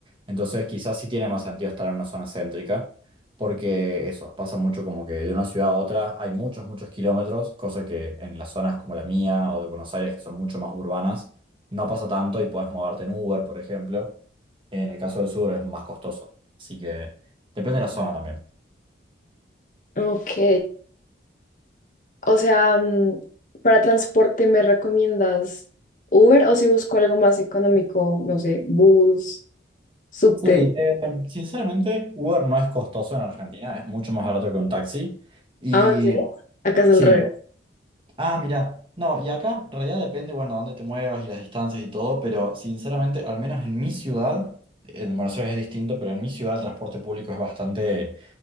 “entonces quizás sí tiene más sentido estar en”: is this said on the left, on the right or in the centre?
Right